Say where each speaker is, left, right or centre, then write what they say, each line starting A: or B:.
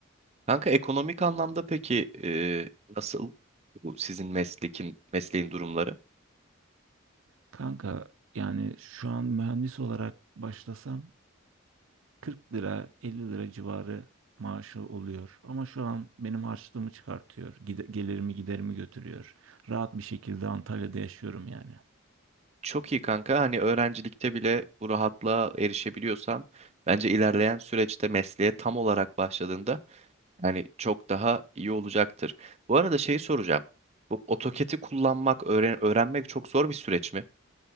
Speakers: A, on the right; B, on the right.
A: Kanka ekonomik anlamda peki e, nasıl bu sizin meslekin, mesleğin durumları?
B: Kanka yani şu an mühendis olarak başlasam 40 lira 50 lira civarı maaşı oluyor. Ama şu an benim harçlığımı çıkartıyor. Gide- gelirimi giderimi götürüyor. Rahat bir şekilde Antalya'da yaşıyorum yani.
A: Çok iyi kanka. Hani öğrencilikte bile bu rahatlığa erişebiliyorsan bence ilerleyen süreçte mesleğe tam olarak başladığında hani çok daha iyi olacaktır. Bu arada şeyi soracağım. Bu AutoCAD'i kullanmak, öğren öğrenmek çok zor bir süreç mi?